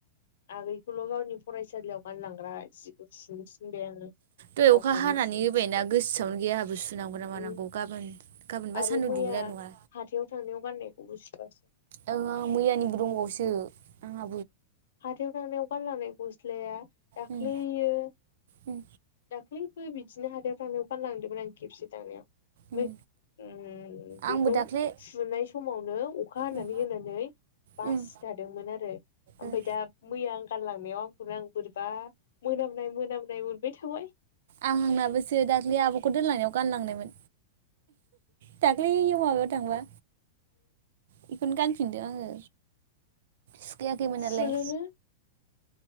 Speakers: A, on the left; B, on the right.
A: आगैखौल' गावनि फरायसालियाव गानलांग्रा जिखौ सुंफनबाय आङो।
B: दहाय
A: गावखौनो
B: अखा हानानै
A: सुनो
B: होबायना
A: थिनबाय
B: गोसोआवनो गैयहाबो सुनांगौ ना मानांगौ
A: उम
B: गाबोन गाबोनबा
A: आरो
B: सान्दुं
A: मैया
B: दुंगोना नङा
A: हाथायाव थांनायाव गाननायखौ बुङासै।
B: ओं ओं मैयानिबो दंबावोसो आंहा
A: हाथायाव थांनायाव गानलांनाय गस्लाया दाख्लैयो
B: उम उम
A: दाख्लै बिदिनो हाथायाव थांनायाव गानलांदोंमोन आं खेबसे थांनायाव।
B: उम
A: ओमफ्राय उम बेखौ
B: आंबो दाख्लै
A: सुनाय समावनो अखा हानानै
B: उम
A: होनानै बासिथादोंमोन
B: उम
A: आरो ओमफ्राय
B: ओ
A: दा मैया गारलांनायाव आंखौनो आं बोरैबा मोनामनाय मोनामनाय मोनबाय थाबाय।
B: आंनाबोसो दाख्लै आब'खौ दोनलांनायाव गानलांनायमोन दाख्लै माबायाव थांबा। बेखौनो गानफिनदों आङो सुखायाखैमोन नालाय।
A: सुनोनो